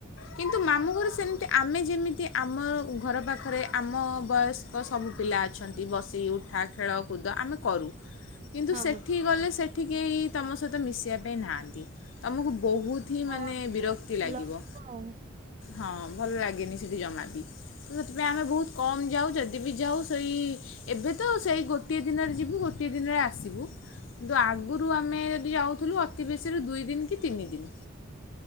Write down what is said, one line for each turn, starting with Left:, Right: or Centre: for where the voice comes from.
Left: କିନ୍ତୁ ମାମୁଁ ଘରୁ ସେମିତି ଆମେ ଯେମିତି ଆମ ଘର ପାଖରେ ଆମ ବୟସ ଙ୍କ ସବୁ ପିଲା ଅଛନ୍ତି ବସି ଉଠା ଖେଳକୁଦ ଆମେ କରୁ। କିନ୍ତୁ
Right: ହଁ
Left: ସେଠିକି ଗଲେ ସେଠି କେହି ତୋମ ସହିତ ମିଶିବା ପାଇଁ ନାହାଁନ୍ତି। ତୋମକୁ ବହୁ ଥି
Right: ହଁ
Left: ମାନେ
Right: ହଁ
Left: ବିରକ୍ତି
Right: ଭଲ
Left: ଲାଗିବ,
Right: ଲାଗୁଥିବ ଆଉ।
Left: ହଁ ଭଲ ଲାଗେନି ସେଠି ଜମା ବି। ତ ସେଥିପାଇଁ ଆମେ ବହୁତ କମ୍ ଯାଉ, ଯଦି ବି ଯାଉ ସେଇ ଏବେ ତ ସେଇ ଗୋଟିଏ ଦିନରେ ଯିବୁ ଗୋଟିଏ ଦିନରେ ଆସିବୁ। କିନ୍ତୁ ଆଗରୁ ଆମେ ଯଦି ଯାଉଥୁଲୁ ଅତି ବେଶୀରୁ ଦୁଇ ଦିନ କି ତିନି ଦିନି।